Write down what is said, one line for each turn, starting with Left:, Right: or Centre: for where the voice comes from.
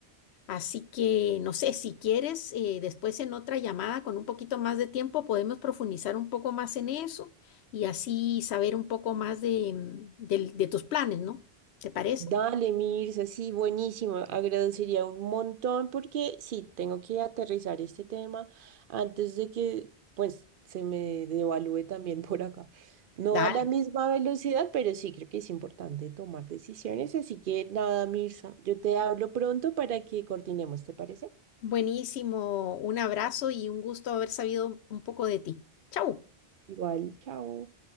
Left: Así que, no sé, si quieres, eh, después en otra llamada con un poquito más de tiempo podemos profundizar un poco más en eso y así saber un poco más de, mm, del- de tus planes, ¿no? ¿Te parece?
Right: Dale, Mirza, sí, buenísimo. Agradecería un montón porque sí, tengo que aterrizar este tema antes de que pues se me devalúe también <laughs> por acá. No
Left: Dale.
Right: a la misma velocidad, pero sí creo que es importante tomar decisiones. Así que nada, Mirza, yo te hablo pronto para que coordinemos, ¿te parece?
Left: Buenísimo. Un abrazo y un gusto haber sabido un poco de ti. Chau.
Right: Igual, chao.